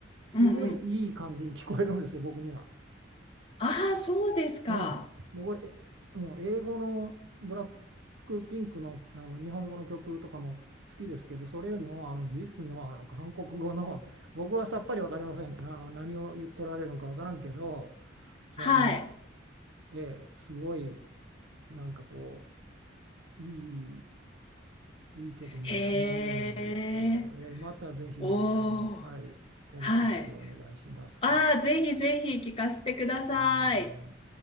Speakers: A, on the left (about 30°); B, on the right (about 80°).
A: うんうん。
B: すごいいい感じに聞こえるんですよ、僕には。
A: ああ、そうですか。
B: うん、僕、え、もう英語のブラックピンクの、あの日本語の曲とかも好きですけど、それよりもあのジスの、あの韓国語の、<laughs> 僕はさっぱりわかりません。あの何を言っとられるのかわからんけど、その、
A: はい。
B: ええ、すごいなんかこう、いい、いい曲にね、
A: へえ。
B: 思えるんですよ。ええ、またぜひ、
A: おー。
B: あの、はい、この続きをお願いします。
A: はい。ああ、ぜひぜひ聞かせてください。
B: はい